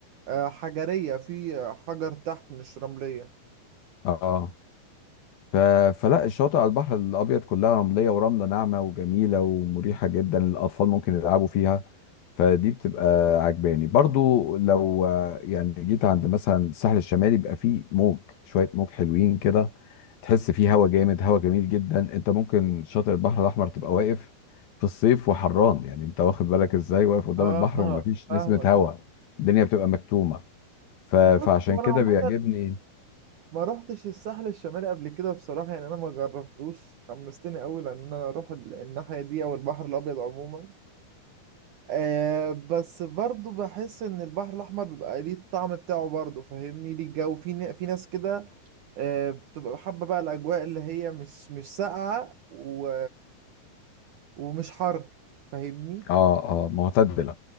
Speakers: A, on the right (about 70°); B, on the left (about 65°).
A: آه، حجرية في حجر تحت مش رملية
B: آه. ف... فلا الشواطئ على البحر الابيض كلها رملية ورملة ناعمة وجميلة ومريحة جدا الاطفال ممكن يلعبوا فيها فدي بتبقى عجباني برضو لو آه، يعني جيت عند مثلا الساحل الشمالي بيبقى فيه موج شوية موج حلوين كده تحس فيه هوا جامد هوا جميل جدا انت ممكن شاطئ البحر الاحمر تبقى واقف في الصيف وحران يعني انت واخد بالك ازاي واقف قدام
A: اه
B: البحر ومفيش
A: <laughs> فاهمك
B: نسمة هوا الدنيا بتبقى مكتومة ف... فعشان
A: بص هو
B: كده
A: انا عامه
B: بيعجبني
A: ما روحتش الساحل الشمالي قبل كده بصراحة يعني أنا ما جربتوش حمستني أوي لأن أنا أروح ال- الناحية دي أو البحر الأبيض عموما أه بس برضو بحس إن البحر الأحمر بيبقى ليه الطعم بتاعه برضو فاهمني ليه الجو في ن- في ناس كده أه بتبقى حابة بقى الأجواء اللي هي مش مش ساقعة و... ومش حر فاهمني
B: اه اه معتدلة